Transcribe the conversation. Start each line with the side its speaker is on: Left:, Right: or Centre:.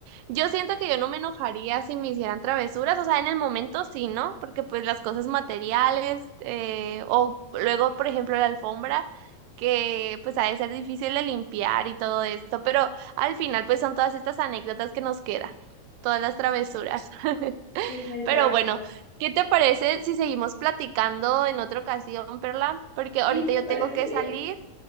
Right: yo siento que yo no me enojaría si me hicieran travesuras, o sea, en el momento sí, ¿no? Porque pues las cosas materiales, eh, o luego, por ejemplo, la alfombra, que pues ha de ser difícil de limpiar y todo esto, pero al final pues son todas estas anécdotas que nos quedan, todas las travesuras. <laughs>
Left: sí, exacto.
Right: Pero bueno, ¿qué te parece si seguimos platicando en otra ocasión, Perla? Porque ahorita
Left: Sí, me
Right: yo
Left: parece
Right: tengo que
Left: bien.
Right: salir.